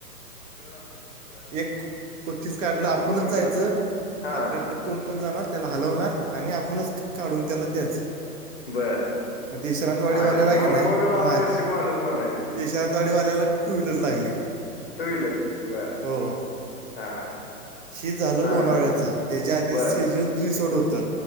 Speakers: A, on the left (about 40°); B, on the right (about 55°).
A: ब्र आला काय
B: एक बक्षीस काढलं आपणच
A: बघायला
B: जायचं
A: हा
B: आपल्यातलं कोण कोण जाणार त्याला हलवणार आणि आपणच काढून त्याला द्यायचं
A: बरं
B: मग ते विश्रांतवाडीवाल्याला
A: आयला
B: का
A: मग
B: नाही
A: मग राव
B: माय
A: नशीबवान चं म्हणायचं
B: ते विश्रांतवाडीवाल्याला टू व्हीलर लागली
A: टू व्हीलर बर
B: हो
A: हा हा
B: हे झालं
A: चांगला
B: लोणावळ्याचं
A: आहे
B: याच्या आधी
A: बर
B: सेजल सोड होत